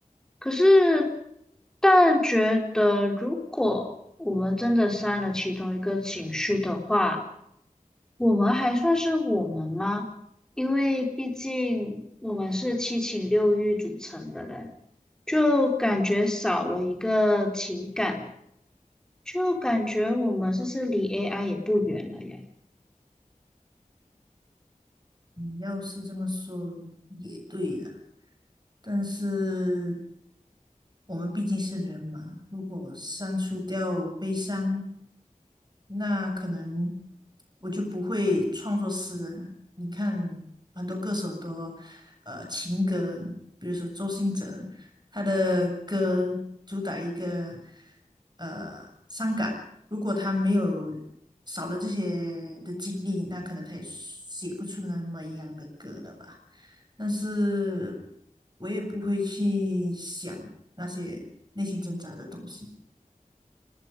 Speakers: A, in the centre; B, on the right.
A: 可是，但觉得如果我们真的删了其中一个情绪的话，我们还算是我们吗？因为毕竟我们是七情六欲组成的嘞，就感觉少了一个情感，就感觉我们是不是离 AI 也不远了呀？
B: 你要是这么说也对了，但是我们毕竟是人嘛，如果删除掉悲伤。那可能我就不会创作诗了。你看，很多歌手很多呃情歌，比如说周兴哲，他的歌主打一个呃伤感。如果他没有少了这些的经历，那可能他也写不出那么一样的歌了吧。但是我也不会去想那些内心挣扎的东西。